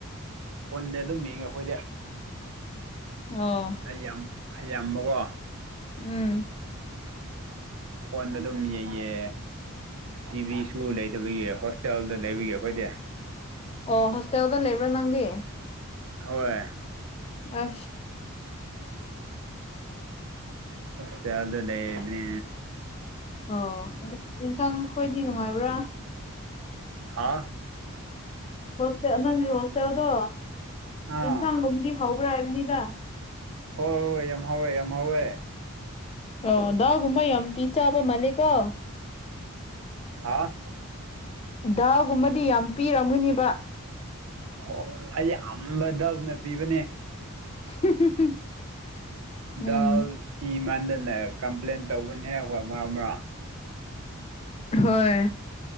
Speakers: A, on the right; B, on the left.
A: ꯐꯣꯟꯗ ꯑꯗꯨꯝ ꯌꯦꯡꯉꯦ ꯑꯩꯈꯣꯏꯗ
B: ꯑꯣ
A: ꯑꯩ ꯌꯥꯝ ꯌꯥꯝꯕꯀꯣ
B: ꯎꯝ
A: ꯐꯣꯟꯗ ꯑꯗꯨꯝ ꯌꯩꯌꯦ ꯇꯤ ꯚꯤꯁꯨ ꯂꯩꯇꯕꯒꯤ ꯍꯣꯁꯇꯦꯜꯗ ꯂꯩꯕꯒꯤ ꯑꯩꯈꯣꯏꯗꯤ
B: ꯑꯣ ꯍꯣꯁꯇꯦꯜꯗ ꯂꯩꯕ꯭ꯔꯣ ꯅꯪꯗꯤ
A: ꯍꯣꯏ
B: ꯑ
A: ꯎꯝ
B: ꯑ
A: ꯐꯁꯦ ꯌꯥꯥꯎꯗ ꯂꯩ ꯏꯅꯦ
B: ꯑꯣ ꯌꯦꯟꯁꯥꯡ ꯈꯣꯏꯗꯤ ꯅꯨꯡꯉꯥꯏꯕ꯭ꯔꯥ
A: ꯍꯥꯥ
B: ꯍꯣꯁꯇꯦꯜ ꯅꯪꯒꯤ ꯍꯣꯁꯇꯦꯜꯗꯣ
A: ꯑꯥ
B: ꯌꯦꯟꯁꯥꯡꯒꯨꯝꯕꯨꯗꯤ ꯍꯥꯎꯕ꯭ꯔꯥ ꯍꯥꯏꯕꯅꯤꯗ
A: ꯍꯣꯏ ꯍꯣꯏ ꯌꯥꯝ ꯍꯋꯦ ꯌꯥꯝ ꯍꯧꯋꯣꯏꯦ
B: ꯑꯣ ꯗꯥꯎꯒꯨꯝꯕ ꯌꯥꯝ ꯄꯤ ꯆꯥꯕ ꯃꯥꯂꯦꯀꯣ
A: ꯍꯥꯥ
B: ꯗꯥꯒꯨꯝꯕꯗꯤ ꯌꯥꯝ ꯄꯤꯔꯝꯒꯅꯤꯕ
A: ꯑꯣ ꯑꯩꯁꯦ ꯑꯕ ꯗꯕꯅ ꯄꯤꯕꯅꯦ
B: <inaudible> ꯎꯝ
A: ꯗꯥꯜ ꯄꯤ ꯃꯥꯟꯗꯅ ꯀꯝꯄ꯭ꯂꯦꯟ ꯇꯧꯕꯅꯤꯍꯦꯛ ꯍꯣꯏ ꯃꯔꯣ ꯃꯔꯣ
B: ꯍꯣꯏ